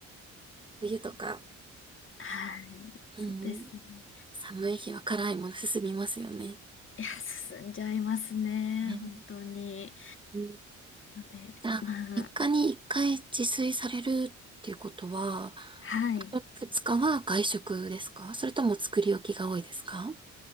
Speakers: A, on the right (about 15°); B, on the left (about 40°).
A: 冬とか、
B: はい。そうですね。
A: うん、寒い日は辛いもの進みますよね。
B: いや、進んじゃいますね。
A: ね
B: 本当に。
A: うん
B: ので、
A: あ、
B: まあ、
A: 3日に1回自炊されるっていうことは、
B: はい。
A: 2日は外食ですかそれとも作り置きが多いですか